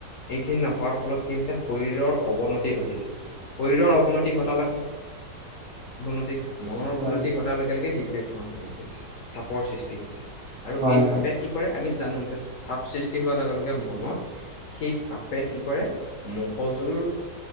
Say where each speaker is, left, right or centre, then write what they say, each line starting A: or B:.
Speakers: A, on the left; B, on the right.
A: এইখিনি নকৰা ফলত কি হৈছে শৰীৰৰ অৱনতি ঘটিছে, শৰীৰৰ অৱনতি ঘটাৰ লগে অৱনতি মনৰ অৱনতি
B: হয়
A: ঘটাৰ লগে লগে ডিপ্ৰেচনত আহি পৰিছে, চাপৰ সৃষ্টি হৈছে। আৰু
B: হয়
A: এই
B: হয়
A: চাপে কি কৰে? আমি জানো যে চাপ সৃষ্টি হোৱাৰ লগে লগে মনত সেই চাপে কি কৰে মগজুৰ